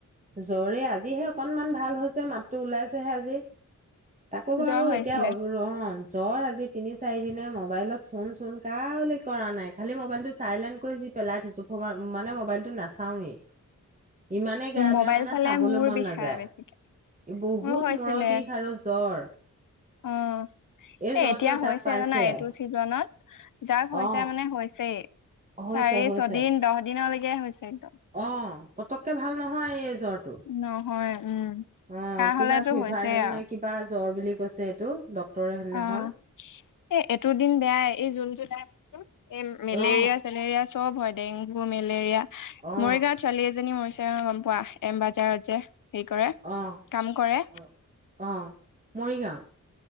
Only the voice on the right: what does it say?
জ্বৰেই, আজিহে অকনমান ভাল হৈছে, মাতটো ওলাইছেহে আজি। তাকো বাৰু
এতিয়া
<unintelligible> জ্বৰ আজি তিনি চাৰি দিনে, মোবাইলত ফোন চোন কাউলে কৰা নাই, খালি ম'বাইলটো চাইলেণ কৰি যি পেলাই থৈছো ক'ৰবাত, মানে মোবাইলটো নাচাওৱেই। ইমানেই গা
বেয়া মানে,
চাবলৈ
মন
নাযায়।
বহুত
মূৰৰ বিষ আৰু জ্বৰ।
এই
জ্বৰটোৱে
যাক
পাইছে
অ
হৈছে
হৈছে
অ', পতককে ভাল নহয় এ জ্বৰটো,
অ'
কিবা
ফিভাৰেল
নে কিবা জ্বৰ বুলি কৈছে এইটো। ডক্তৰে সেইদিনাখন
অ
অ
অ
অ অ মৰিগাঁও,